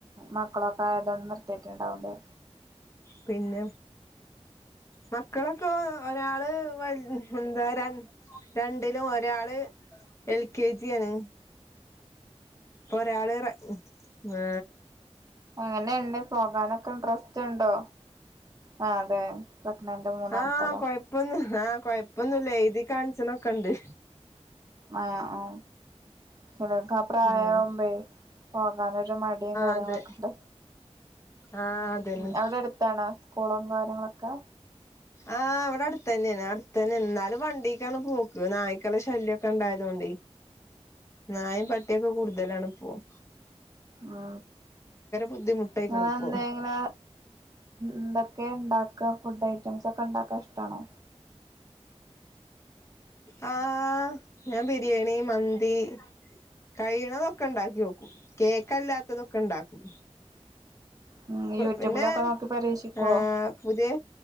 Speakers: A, on the right; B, on the left.
A: മക്കളൊക്കെ ആയതൊണ്ട് നിർത്തിട്ടുണ്ടാവല്ലേ
B: പിന്നെ മക്കളൊക്കെ ഒരാള് വൽ എന്ത രൺ രണ്ടിലും ഒരാള് എൽ കെ ജിയാണ് ഇപ്പൊ ഒരാള് റ ആ
A: അങ്ങനെയുണ്ട് പോകാനൊക്കെ ഇൻട്രസ്റ്റ് ഉണ്ടോ ആ അതെ പ്രഗ്നന്റ് മൂന്നാമത്തല്ലേ
B: ആ കൊഴപ്പൊന്നും ആ കൊഴപ്പൊന്നുംല്ല എഴുതി കാണിച്ചനൊക്കെണ്ട്
A: ആ ആ ചെലർക്കാ പ്രായാമ്പളേ
B: ആഹ്
A: അനൊരു മടിയും കാര്യങ്ങളൊക്കെ
B: അതെ
A: ഉണ്ടോ
B: ആഹ് അതന്നെ
A: ഉം എവിടെ അടുത്താണ് സ്കൂളും കാര്യങ്ങളൊക്കെ
B: ആഹ് അവിടെ അടുത്ത തന്നെയാണ് അടുത്ത തന്നെ എന്നാലും വണ്ടീക്കാണ് പോക്ക് നായ്ക്കള ശല്യക്കെ ഇണ്ടായത് കൊണ്ടെ നായും പട്ടിയൊക്കെ കൂടുതലാണ് പോവും
A: ആ
B: ബുദ്ധിമുട്ടായിക്കണ്
A: അങ്ങനെ
B: ഇപ്പൊ
A: എന്തങ്കില എന്തൊക്കെ ഇണ്ട ഫുഡ് ഐറ്റംസ് ഒക്കെ ഉണ്ടാക്കാൻ ഇഷ്ടാണോ
B: ആ ഞാൻ ബിരിയാണി മന്തി കഴിയണതൊക്കെ ഉണ്ടാക്കി നോക്കും കേക്കല്ലാത്തതൊക്കെ ഇണ്ടാക്കും
A: ഉം യൂട്യൂബിലൊക്കെ
B: പിന്നെ
A: നോക്കി പരീക്ഷിക്കുവോ
B: ആ പുതിയ